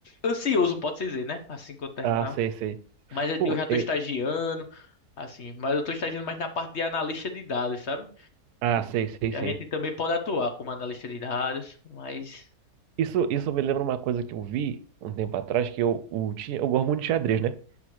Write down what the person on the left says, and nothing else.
ansioso, pode-se dizer, né? Assim que eu terminar.
Mas eu
eu já tô
estagiando. Assim, mas eu estou estagiando mais na parte de analista de dados, sabe?
Que
a gente também pode atuar como analista de dados, mas